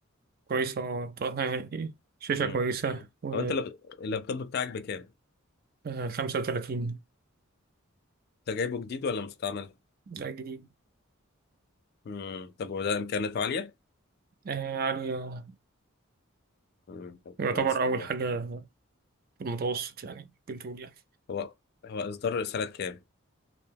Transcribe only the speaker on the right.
كويسة آه، طرحها شاشة
كويسة و
آه، خمسة وتلاتين
ده جديد
آه، عالية
يعتبر
أول
حاجة في المتوسط يعني ممكن تقول يعني